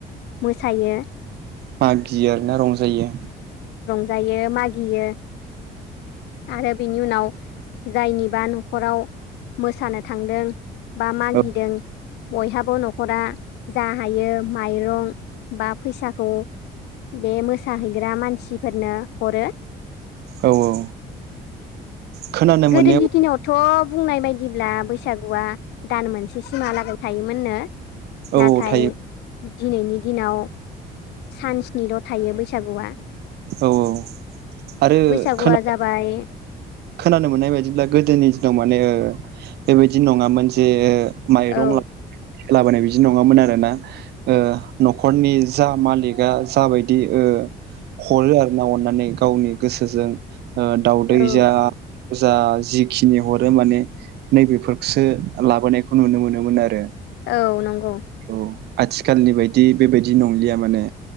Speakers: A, on the left (about 85°); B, on the right (about 75°).
A: मोसायो।
B: मागियो आरो ना रंजायो
A: जायो मागियो आरो बिनि उनाव जायनिबा नखराव मोसानो थांदों बा मागिदों
B: औ
A: बयहाबो नखरा जा हायो माइरं बा फैसाखौ बे मोसाहैग्रा मानसिफोरनो हरो।
B: औ औ। खोनानो
A: गोदोनि
B: मोननायाव
A: दिनाव थ बुंनाय बायदिब्ला बैसागुआ दान मोनसे सिमहालागै थायोमोननो।
B: औ
A: नाथाय
B: थायो
A: दिनैनि दिनाव सानस्निल थायो बैसागुआ
B: औ औ आरो
A: बैसागुआ
B: खोना
A: जाबाय
B: खोनानो मोननाय बायदिब्ला गोदोनि दिनाव माने बेबायदि नङामोन जे माइरं
A: औ
B: ल लाबोनाय बिदि नङामोन आरोना ओ न'खरनि जा मालिकआ जाबायदि ओ हरो आरो ना अननानै गावनि गोसोजों ओ दावदै
A: औ
B: जा जा जिखिनि हरो माने नैबेफोरखौसो लाबोनायखौ नुनो मोनोमोन आरो।
A: औ नं
B: औ आथिखालनि बायदि बेबायदि नंलिया माने